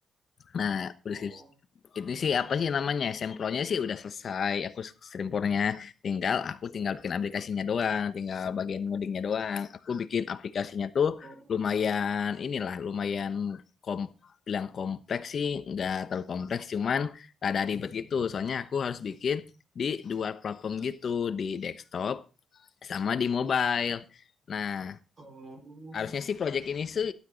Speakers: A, on the left; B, on the right.
A: Nah, udah
B: oh,
A: skripsi. Itu sih apa sih namanya? Sempronya sih udah selesai. Aku sempronya tinggal aku tinggal bikin aplikasinya doang, tinggal bagian ngodingnya doang. Aku bikin aplikasinya tuh
B: oh,
A: lumayan inilah, lumayan kom bilang kompleks sih, nggak terlalu kompleks, cuman ada ribet gitu. Soalnya aku harus bikin di dua platform gitu, di desktop sama di mobile. Nah,
B: oh,
A: Harusnya sih project ini sih